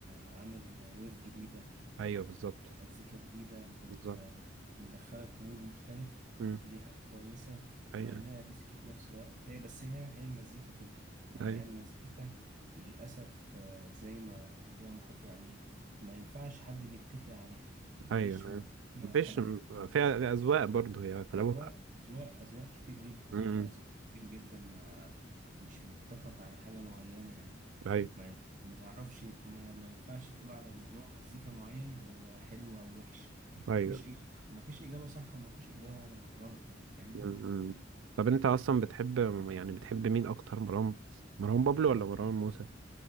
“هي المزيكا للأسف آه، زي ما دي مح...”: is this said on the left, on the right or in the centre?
Right